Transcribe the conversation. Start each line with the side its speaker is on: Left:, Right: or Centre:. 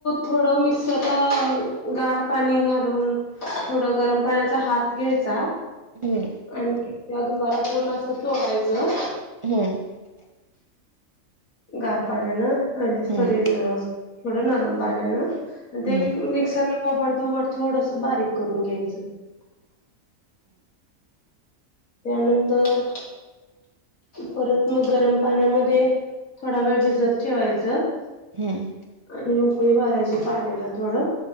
Left: थोड मिक्सरला गार पाणी घालून थोडा गरम पाण्याचा हात घ्यायचा.
Right: हम्म
Left: आणि त्या गव्हाला पूर्ण असं चोळायचं.
Right: हम्म
Left: गार पाण्यानं
Right: हम्म
Left: थोडी थोडं नरम पाण्यानं ते
Right: हम्म
Left: मिक्सरला ओबडधोबड थोडस बारीक करून घ्यायचं. त्यानंतर परत मग गरम पाण्यामध्ये थोडा वेळ भिजत ठेवायचं.
Right: हम्म
Left: आणि उकळी भरायची पाण्याला थोडं